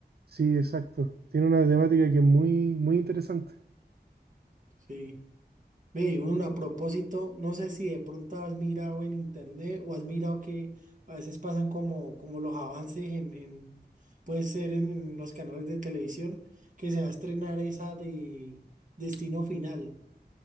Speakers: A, on the right; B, on the right.
A: Sí, exacto. Tiene una temática que es muy, muy interesante.
B: Sí. Ve, Bruno, a propósito, no sé si de pronto has mirado en internet o has mirado que a veces pasan como, como los avances en, en puede ser en, en los canales de televisión, que se va a estrenar esa de Destino Final,